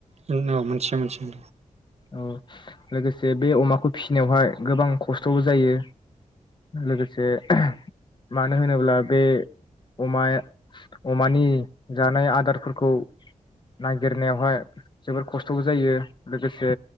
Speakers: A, on the right (about 55°); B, on the left (about 35°).
A: जोंनाव मोनसे मोनसे
B: औ लोगोसे बे अमाखौ फिसिनायावहाय गोबां खस्थ'बो जायो लोगोसे मानो होनोब्ला बे अमाया अमानि जानाय आदारफोरखौ नागिरनायावहाय जोबोर खस्थ'बो जायो लोगोसे